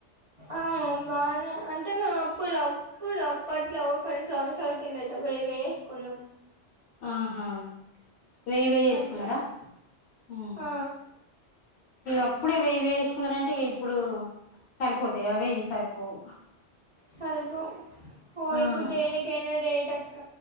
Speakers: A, on the right; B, on the left.
A: ఆహ్ బాగానే అంటే మేము అప్పుడు అప్పుడు అప్పట్లో కొన్ని సంవత్సరాల కింద అయితే మేమే చేసుకున్నాం.
B: ఆహా. వెయ్యి వెేయి వేసుకున్నారా
A: అట్లా
B: ఉమ్
A: ఆ
B: అప్పుడే వెేయి వేయి వేసుకున్నారంటే ఇప్పుడు సరిపోతాయ ఆ వేయి సరిపోవు
A: సరిపోవ్ ఓ
B: ఉమ్.
A: ఇప్పుడు దేనికైనా రేట్ అక్క